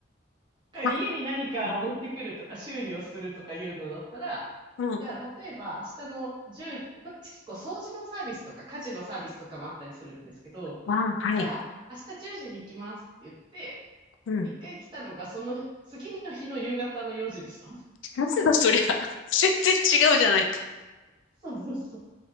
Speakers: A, on the left; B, on the right.
A: あ、
B: 家に何かを持ってくるとか修理をするとかいうのだったら、
A: なるほどうん。
B: じゃあ、例えば明日の1こっち結構掃除のサービスとか家事のサービスとかもあったりするんですけど、
A: あ、はい。
B: じゃあ、明日10時に行きますって言って、
A: うん。
B: 一回来たのがその次の日の夕方の4時でした。
A: なんだそりゃ。全然違うじゃないか。
B: <laughs> そうそうそう。